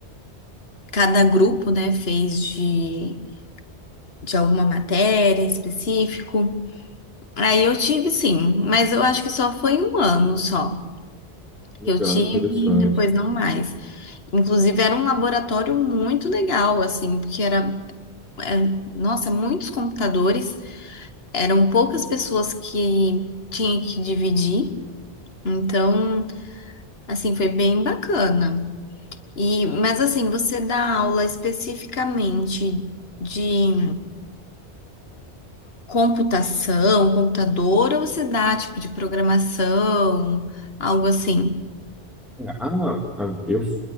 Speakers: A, on the left; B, in the centre.
A: Cada grupo, né, fez de, de alguma matéria específico. Aí eu tive sim, mas eu acho que só foi um ano só
B: legal,
A: que eu tive
B: interessante.
A: e depois não mais. Inclusive era um laboratório muito legal, assim, porque era, é, nossa, muitos computadores, eram poucas pessoas que tinha que dividir. Então, assim, foi bem bacana. E, mas assim, você dá aula especificamente de computação, computador, ou se dá tipo de programação, algo assim?
B: A, a, eu,